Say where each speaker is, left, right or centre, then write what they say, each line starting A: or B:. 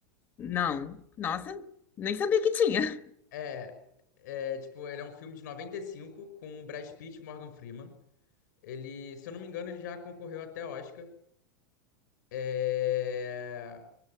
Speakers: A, on the left; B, on the left.
A: Não. Nossa, nem sabia que tinha. <laughs>
B: É, é, tipo, ele é um filme de 95 com o Brad Pitt e o Morgan Freeman. Ele, se eu não me engano, ele já concorreu até Oscar. É,